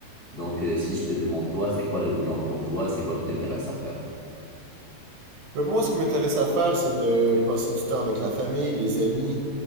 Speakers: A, on the left; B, on the right.
A: Donc, euh, si je te demande, toi, c'est quoi le bonheur pour toi? C'est quoi qui t'intéresse à faire?
B: Mais pour moi, ce qui m'intéresse à faire, c'est de passer du temps avec la famille, les amis,